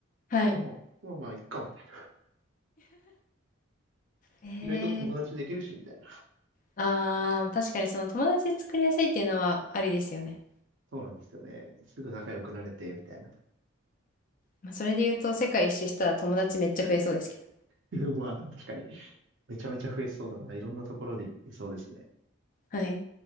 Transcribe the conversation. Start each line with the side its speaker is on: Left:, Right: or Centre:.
Left: はい。
Right: なんかもう、まあまあ、いっか、みたいな。
Left: えー、
Right: 意外と友達できるし、みたいな。
Left: あー、確かにその友達作りやすいっていうのはありですよね。
Right: そうなんですよね。すぐ仲良くなれて、みたいな。
Left: まあ、それで言うと、世界一周したら友達めっちゃ増えそうですけど。
Right: <laughs> まあ、でも確かに、めちゃめちゃ増えそうだな。いろんなところにいそうですね。
Left: はい。